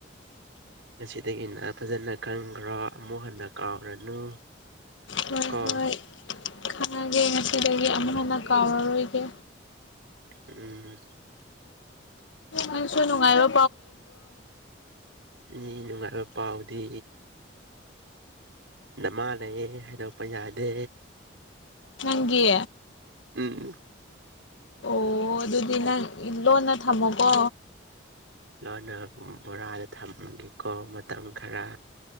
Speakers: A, on the right; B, on the left.
A: ꯉꯁꯤꯗꯒꯤꯅ ꯐꯖꯅ ꯈꯪꯈ꯭ꯔꯣ ꯑꯃꯨꯛ ꯍꯟꯅ ꯀꯥꯎꯔꯅꯨ
B: ꯍꯣꯏ
A: ꯀꯣ
B: ꯍꯣꯏ ꯈꯪꯉꯒꯦ ꯉꯁꯤꯗꯒꯤ ꯑꯃꯨꯛ ꯍꯟꯅ ꯀꯥꯎꯔꯔꯣꯏꯒꯦ
A: ꯎꯝ
B: ꯅꯪꯁꯨ ꯅꯨꯡꯉꯥꯏꯔꯣ
A: ꯏ ꯅꯨꯡꯉꯥꯏꯕ ꯄꯥꯎꯗꯤ ꯅꯃꯥ ꯂꯩꯌꯦ ꯍꯥꯏꯗꯣꯛꯄ ꯌꯥꯗꯦ
B: ꯅꯪꯒꯤ
A: ꯎꯝ
B: ꯑꯣ ꯑꯗꯨꯗꯤ ꯅꯪ ꯂꯣꯟꯅ ꯊꯝꯃꯣꯀꯣ
A: ꯂꯣꯟꯅ ꯎꯝ ꯕꯣꯔꯥꯗ ꯊꯝꯒꯦꯀꯣ ꯃꯇꯝ ꯈꯔ